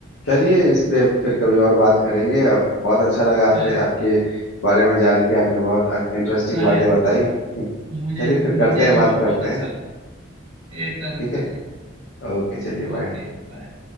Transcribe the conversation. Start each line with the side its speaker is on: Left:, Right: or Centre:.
Left: चलिए इस पे फिर कभी और बात करेंगे और बहुत अच्छा लगा आपसे
Right: चलिए
Left: आपके बारे में जान के आपने बहुत इंटरेस्टिंग
Right: अरे
Left: बातें बताई <laughs>
Right: मुझे
Left: चलिए
Right: भी
Left: फिर
Right: मुझे
Left: करते हैं
Right: भी
Left: बात
Right: बहुत
Left: करते
Right: अच्छा
Left: हैं
Right: लगा एकदम
Left: ठीक
Right: एकदम
Left: है ओके चलिए
Right: Okay
Left: बाय
Right: bye